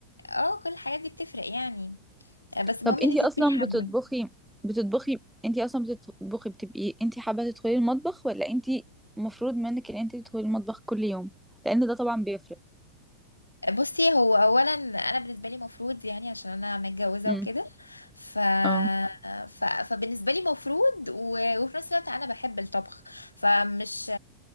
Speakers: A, on the left; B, in the centre.
A: اه كل الحاجات دي بتفرق يعني آه، بس المهم
B: طب انتي
A: ان انت
B: اصلا
A: تكوني حابه
B: بتطبخي بتطبخي انتي اصلا بتطبخي بتبقي انتي حابة تدخلي المطبخ ولا انتي مفروض منك ان انتي تدخلي المطبخ كل يوم لان ده طبعا بيفرق
A: بصي هو اولا انا بالنسبه لي مفروض يعني عشان انا متجوزه
B: امم
A: وكده ف...
B: اه
A: ف... فبالنسبه لي مفروض و... وفي نفس الوقت انا بحب الطبخ فمش